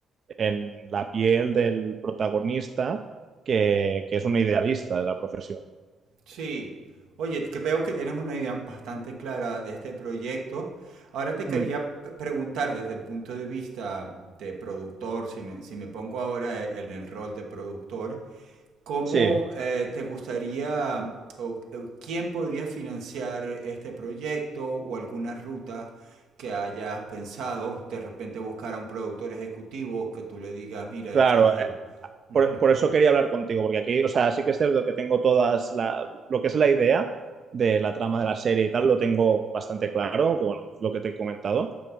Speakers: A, on the right (about 45°); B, on the right (about 85°).
A: en la piel del protagonista, que, que es un idealista de la profesión.
B: Sí. Oye, que veo que tienes una idea bastante clara de este proyecto. Ahora te quería
A: Mm,
B: p- preguntar desde el punto de vista de productor, si me, si me pongo ahora e- en el rol de productor, ¿Cómo
A: Sí,
B: eh, te gustaría o, o quién podría financiar este proyecto o alguna ruta que hayas pensado? De repente buscar a un productor ejecutivo que tú le digas, mira,
A: claro,
B: este es el... Ujú,
A: por, por eso quería hablar contigo, porque aquí, o sea, sí que es cierto que tengo todas la, lo que es la idea de la
B: ujú.
A: trama de la serie y tal, lo tengo bastante claro, que bueno, es lo que te he comentado,